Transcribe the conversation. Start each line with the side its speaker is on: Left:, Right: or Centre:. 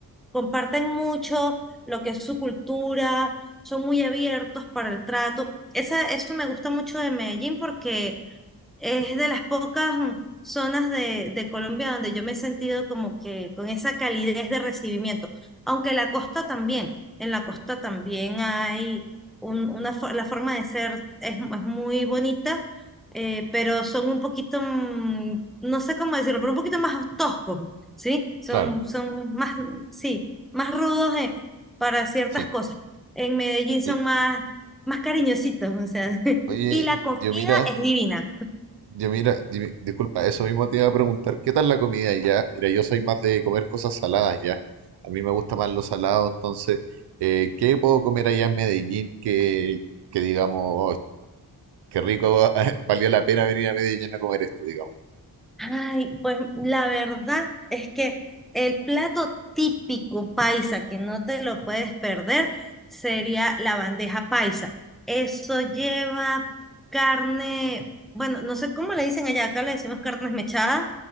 Centre: comparten mucho lo que es su cultura, son muy abiertos para el trato. Esa, eso me gusta mucho de Medellín porque es de las pocas mm, zonas de, de Colombia donde yo me he sentido como que con esa calidez de recibimiento, aunque la costa también, en la costa también hay un- una, fo- la forma de ser es, es muy bonita, eh, pero son un poquito, mm, no sé cómo decirlo, pero un poquito más toscos, ¿sí? Son,
Right: claro,
Centre: son más, sí, más rudos eh, para ciertas
Right: sí.
Centre: cosas. En Medellín son
Right: Oye,
Centre: más, más cariñositos, o sea, <laughs>
Right: oye,
Centre: y la comida
Right: Dios, mira.
Centre: es divina.
Right: Yo mira, dime- disculpa, eso mismo te iba a preguntar, ¿qué tal la comida ya? Mira, yo soy más de comer cosas saladas ya. A mí me gusta más lo salado, entonces, eh, ¿qué puedo comer allá en Medellín que, que digamos, oh, qué rico, <laughs> valió la pena venir a Medellín a comer esto, digamos?
Centre: Ay, pues la verdad es que el plato típico paisa que no te lo puedes perder sería la bandeja paisa. Eso lleva carne, bueno, no sé cómo le dicen allá, acá le decimos carne mechada,